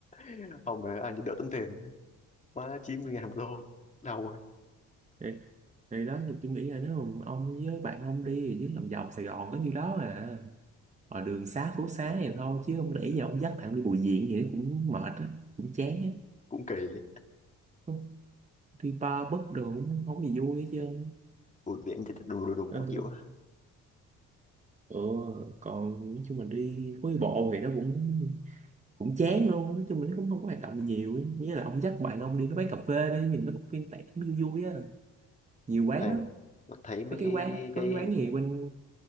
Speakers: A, on the left (about 25°); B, on the right (about 25°).
A: á. không mà ăn đỡ tốn tiền má 90 ngàn một tô đau ơi
B: thì, thì đó như tôi nghĩ là nếu mà ông với bạn ông đi chứ lòng vòng Sài Gòn có nhiêu đó à ở đường xá phố xá này thôi chứ không để giờ ông dắt bạn đi Bùi Viện vậy cũng mệt á cũng chán á
A: cũng kỳ á.
B: Không, đi bar búp đồ cũng không gì vui hết chứ không
A: Ui, biển thì đùng đùng đùng
B: nên
A: khó
B: tôi
A: chịu á
B: ừ, còn nói chung là đi phố đi bộ thì nó cũng cũng chán luôn nói chung là nó cũng không có hoạt động gì nhiều ấy. nghĩa là ông dắt bạn ông đi với quán cà phê đi nhìn nó cũng yên tẻ cũng vui vui á nhiều quán
A: em
B: lắm
A: nó thấy mấy
B: có cái
A: cái
B: quán có
A: cái
B: cái quán gì bên